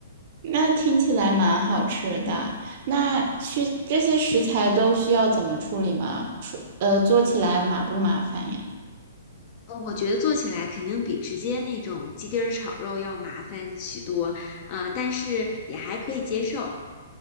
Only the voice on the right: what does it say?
那听起来蛮好吃的。那需这些食材都需要怎么处理吗？处呃，做起来麻不麻烦呀？